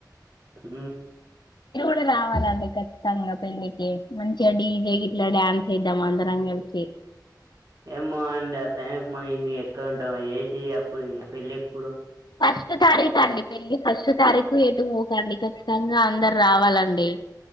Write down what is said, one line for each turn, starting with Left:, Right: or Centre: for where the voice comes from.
Right: ఊ
Left: <inaudible> రావాలండి ఖచ్చితంగా పెళ్ళికి మంచిగా డీ జే గిట్లా డ్యాన్స్ చేద్దాం అందరం కలిసి
Right: ఏమో అండి ఆ టైం కి మనం ఇమి ఎక్కడ ఉంటాం ఏసి అప్పుడు పెళ్ళెప్
Left: ఫస్ట్ తారీఖు అండి పెళ్ళి ఫస్ట్ తారీ కు ఎటూ పోకండి ఖచ్చితంగా అందరూ రావాలండి